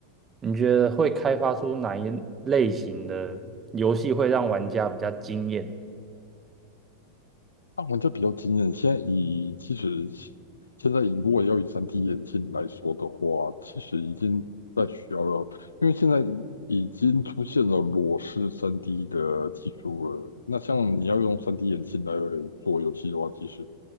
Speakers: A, on the right; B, on the left.
A: 你觉得会开发出哪一类型的游戏会让玩家比较惊艳？
B: 让玩家比较惊艳。现在以其实现在如果要以 3D 眼镜来说的话，其实已经在需要了，因为现在。已经出现了裸视 3D 的技术了。那像你要用 3D 眼镜来做游戏的话，其实